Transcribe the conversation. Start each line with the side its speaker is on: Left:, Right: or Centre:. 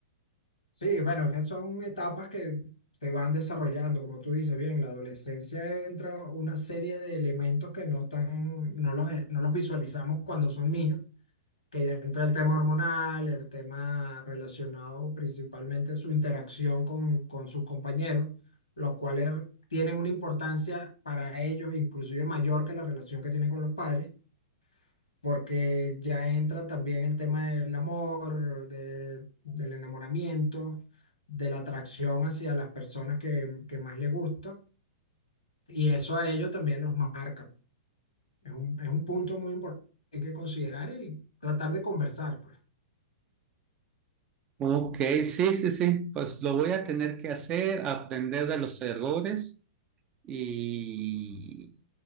Left: sí, bueno, que son etapas que se van desarrollando, como tú dices bien, la adolescencia entra una serie de elementos que no están, no los, no los visualizamos cuando son niños que ya entra el tema hormonal, el tema relacionado principalmente a su interacción con, con sus compañeros, los cuales tienen una importancia para ellos inclusive mayor que la relación que tienen con los padres, porque ya entran también el tema del amor, de- del enamoramiento, de la atracción hacia las personas que, que más les gusta, y eso a ellos también los marca. Es un, es un punto muy importante que hay que considerar y tratar de conversar, pues.
Right: Ok, sí, sí, sí, pues lo voy a tener que hacer, aprender de los errores y,